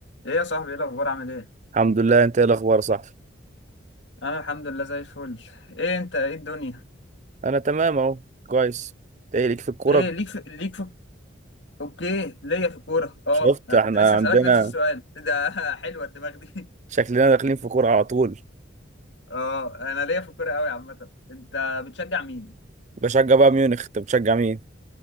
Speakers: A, on the left; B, on the right.
A: ايه يا صاحبي ايه الاخبار عامل ايه
B: الحمد لله انت ايه الاخبار يا صاحبي
A: انا الحمد لله زي الفل ايه انت ايه الدنيا
B: انا تمام اهو كويس انت ايه ليك في الكوره
A: ايه ليك في ليك في اوكي ليا في الكوره اه
B: شفت
A: انا
B: احنا
A: كنت لسه اسالك
B: عندنا
A: نفس السؤال ده <laughs> حلوه الدماغ دي
B: شكلنا
A: <laughs>
B: داخلين في كوره على طول
A: اه انا ليا في الكوره قوي عامه انت بتشجع مين
B: بشجع بقى ميونخ انت بتشجع مين